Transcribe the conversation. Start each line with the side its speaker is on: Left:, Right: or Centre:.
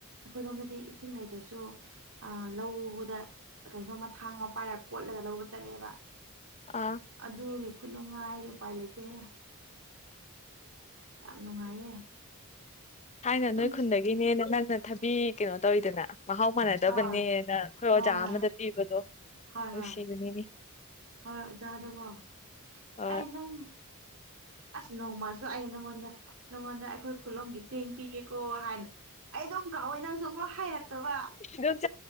Right: ꯑꯩꯈꯣꯏꯔꯣꯝꯗꯗꯤ ꯏꯁꯤꯡ ꯂꯩꯇ꯭ꯔꯁꯨ ꯑ ꯂꯧꯗ ꯀꯩꯅꯣꯝꯃ ꯊꯥꯡ ꯑꯃ ꯄꯥꯏꯔꯒ ꯀꯣꯠꯂꯒ ꯂꯧꯕ ꯆꯠꯂꯦꯕ꯫
Left: ꯑꯥ꯫
Right: ꯑꯗꯨꯒꯤ ꯈꯨꯅꯨꯡꯉꯥꯏꯗꯤ ꯎꯄꯥꯏ ꯂꯩꯇꯦꯍꯦ꯫ ꯌꯥꯝ ꯅꯨꯡꯉꯥꯏꯌꯦ꯫
Left: ꯊꯥꯏꯅ
Right: ꯑꯗꯨꯝ
Left: ꯅꯣꯏ ꯈꯨꯟꯗꯒꯤꯅꯦꯅꯦ ꯅꯪꯅ ꯊꯕꯤ ꯀꯩꯅꯣ ꯇꯧꯏꯗꯅ ꯃꯍꯥꯎ ꯃꯥꯟꯅꯗꯕꯅꯦꯅ
Right: ꯍꯣꯏ
Left: ꯑꯩꯈꯣꯏ
Right: ꯍꯣꯏ
Left: ꯑꯣꯖꯥ
Right: ꯍꯣꯏ
Left: ꯑꯃꯗ ꯄꯤꯕꯗꯣ꯫
Right: ꯍꯣꯏ
Left: ꯅꯨꯡꯁꯤꯕꯅꯤꯅꯦ
Right: ꯍꯣꯏ ꯍꯣꯏ ꯑꯣꯖꯥꯗꯀꯣ
Left: ꯍꯣꯏ
Right: ꯑꯩ ꯅꯪ ꯑꯁ ꯅꯣꯡꯃꯁꯨ ꯑꯩꯅ ꯅꯪꯉꯣꯟꯗ ꯅꯪꯉꯣꯟꯗ ꯑꯩꯈꯣꯏ ꯈꯨꯂꯣꯝꯒꯤ ꯆꯦꯡ ꯄꯤꯒꯦꯀꯣ ꯍꯥꯏꯅ ꯑꯩ ꯑꯗꯨꯝ ꯀꯥꯎꯋꯦ ꯅꯪꯁꯨ ꯑꯃꯨꯛ ꯍꯥꯏꯔꯛꯇꯕ
Left: ꯗꯨꯝ <unintelligible>